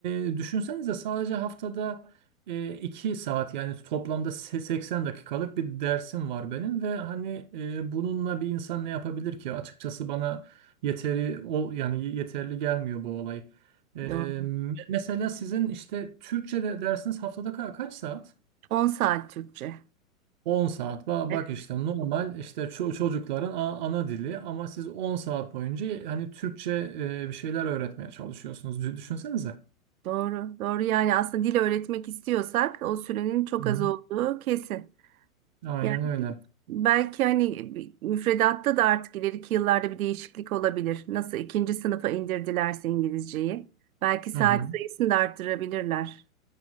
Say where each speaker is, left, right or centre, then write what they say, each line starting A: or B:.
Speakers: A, on the right; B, on the right.
A: e, düşünsenize sadece haftada e, iki saat yani toplamda se- 80 dakikalık bir dersim var benim ve hani e, bununla bir insan ne yapabilir ki? Açıkçası bana yeteri ol yani yeterli gelmiyor bu olay. E,
B: Doğru.
A: me- mesela sizin işte Türkçe'de dersiniz haftada ka- kaç saat?
B: On saat Türkçe.
A: 10 saat. Ba-
B: Evet,
A: Bak işte normal işte ço- çocukların a- ana dili ama siz 10 saat boyunca hani Türkçe e, bir şeyler öğretmeye çalışıyorsunuz. Dü- Düşünsenize.
B: doğru. Doğru yani aslında dil öğretmek istiyorsak o sürenin çok
A: Hı.
B: az olduğu kesin.
A: Aynen
B: Yani
A: öyle.
B: belki hani bir- müfredatta da artık ileriki yıllarda bir değişiklik olabilir. Nasıl ikinci sınıfa indirdilerse İngilizceyi. Belki saat
A: Hı hı.
B: sayısını da arttırabilirler.